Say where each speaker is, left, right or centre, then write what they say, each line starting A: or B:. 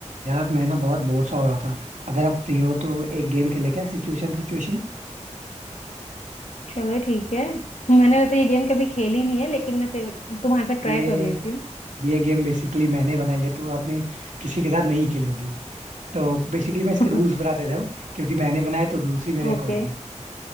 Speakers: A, on the right; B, on the left.
A: यार मैं ना बहुत बोर सा हो रहा था अगर आप फ्री हो तो एक गेम खेले क्या सिचुएशन सिचुएशन
B: चलो ठीक है मैंने वैसे ये गेम कभी खेली नहीं है लेकिन मैं ते- तुम्हारे साथ
A: ये
B: ट्राई कर लेती हूँ
A: ये गेम बेसिकली मैंने बनाई है तो आपने किसी के साथ नहीं खेली होगी तो बेसिकली मैं इसके
B: <laughs>
A: रूल्स बता देता हूँ क्योंकि मैंने बनाया तो रूल्स भी मेरे
B: ओके
A: अकॉर्डिंग है